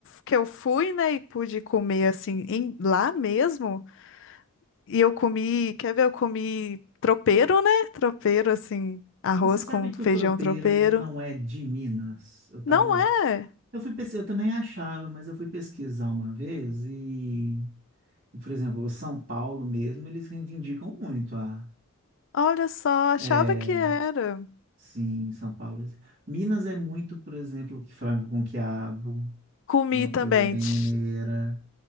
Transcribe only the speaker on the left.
que eu fui, né, e pude comer assim, em- lá mesmo. E eu comi, quer ver, eu comi tropeiro, né? Tropeiro, assim, arroz
com
feijão
tropeiro.
Não é?
Olha só, achava
que era.
Comi
também.
tch,